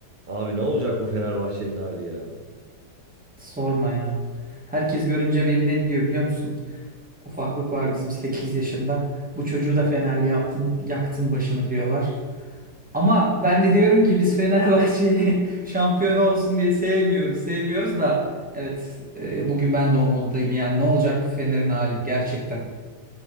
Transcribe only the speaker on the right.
Abi ne olacak bu Fenerbahçe'nin hali ya?